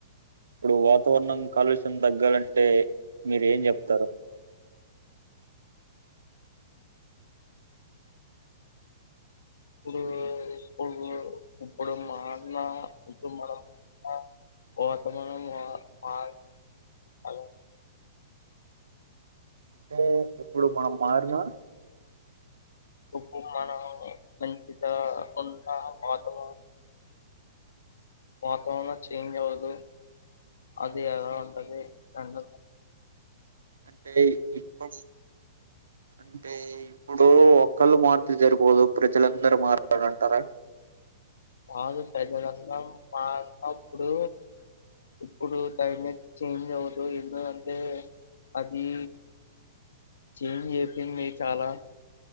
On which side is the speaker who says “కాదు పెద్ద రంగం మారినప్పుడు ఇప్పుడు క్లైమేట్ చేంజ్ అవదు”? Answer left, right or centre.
Left